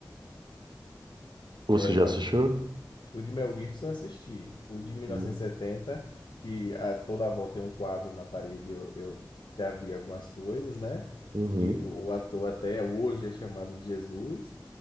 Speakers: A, on the right (about 75°); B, on the left (about 80°).
A: Você
B: É, o
A: já
B: Paixão.
A: assistiu?
B: O de Mel Gibson eu assisti. O de
A: <laughs>
B: 1970,
A: Sim.
B: que a toda a volta tem um quadro na parede, eu, eu já vi algumas coisas, né?
A: Uhum,
B: Que o, o ator até hoje é chamado de Jesus.